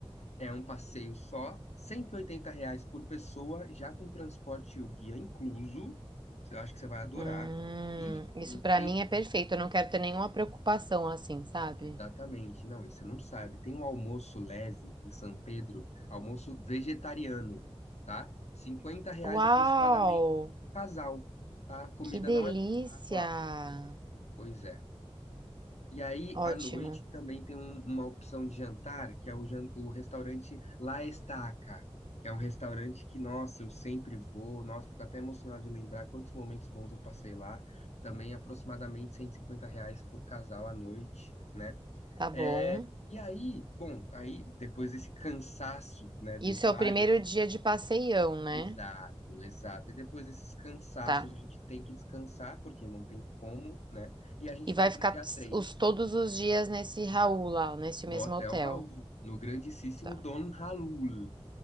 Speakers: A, on the left; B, on the right.
A: É um passeio só, 180 reais por pessoa, já com transporte e o guia incluso. Eu acho que você vai adorar.
B: Hum,
A: E
B: isso pra
A: tem
B: mim é perfeito. Eu não quero ter nenhuma preocupação assim, sabe?
A: Exatamente, não, e você não sabe. Tem um almoço leve em São Pedro, almoço vegetariano, tá? Cinquenta reais
B: Uau!
A: aproximadamente por casal, tá? A comida
B: Que delícia!
A: não é tão cara lá. Pois é. E aí,
B: Ótimo.
A: à noite, também tem um- uma opção de jantar, que é o, jan- o restaurante La Estaca, que é um restaurante que, nossa, eu sempre vou, nossa, fico até emocionado de lembrar quantos momentos bons eu passei lá. Também aproximadamente 150 reais por casal à noite. né?
B: Tá bom.
A: É, e aí, bom, aí depois desse cansaço, né, dos
B: Isso
A: vales,
B: é o primeiro dia de passeião, né?
A: exato, exato. E depois desses cansaços,
B: Tá.
A: a gente tem que descansar, porque não tem como, né? E a gente
B: E vai
A: vai pro
B: ficar
A: dia
B: ts-
A: 3
B: os, todos os dias nesse Raul lá, nesse
A: no
B: mesmo
A: Hotel
B: hotel.
A: Raul, no grandíssimo
B: Tá.
A: Don Raul,